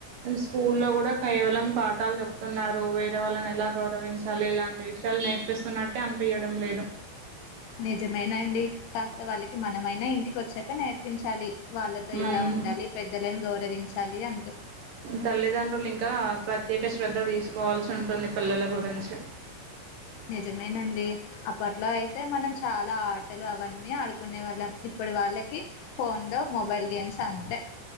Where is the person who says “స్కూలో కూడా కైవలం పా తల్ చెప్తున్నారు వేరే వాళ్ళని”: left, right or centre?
Right